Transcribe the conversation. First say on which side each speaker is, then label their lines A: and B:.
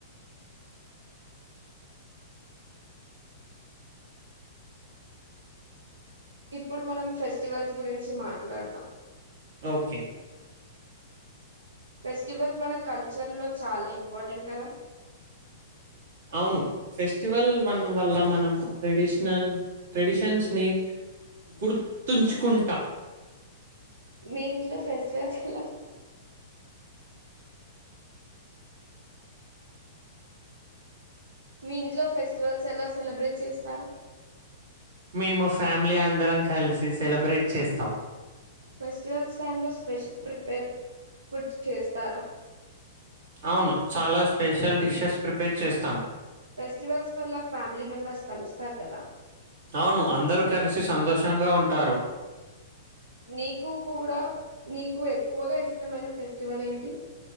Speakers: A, on the right; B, on the right.
A: ఇప్పుడు మనం ఫెస్టివల్స్ గురించి మాట్లాడదాం
B: ఓకే
A: ప్రస్ ఫెస్టివల్ మన కల్చర్ లో చాలా ఇంపార్టెంట్ కదా
B: అవును ఫెస్టివల్ వన్ వల్ల మనం ట్రెడిషనల్ ట్రెడిషన్స్ ని గుర్తుంచుకుంటాం
A: మీ ఇంట్లో ఫెస్టివల్స్ ఎలా మీ ఇంట్లో ఫెస్టివల్స్ ఎలా సెలబ్రేట్ చేస్తారు
B: మేము ఫ్యామిలీ అందరం కలిసి సెలబ్రేట్ చేస్తాం
A: ఫెస్టివల్స్ టైం లో స్పెషల్ ప్రిపేర్ ఫుడ్ చేస్తారా
B: అవును చాలా స్పెషల్ డిషెస్ ప్రిపేర్ చేస్తాం
A: ఫెస్టివల్స్ వల్ల ఫ్యామిలీ మెంబర్స్ కలుస్తా తార్కద
B: అవును అందరూ కలిసి సంతోషంగా ఉంటారు
A: నీకు కూడా నీకు ఎక్కువగా ఇష్టమైన ఫెస్టివల్ ఏంటి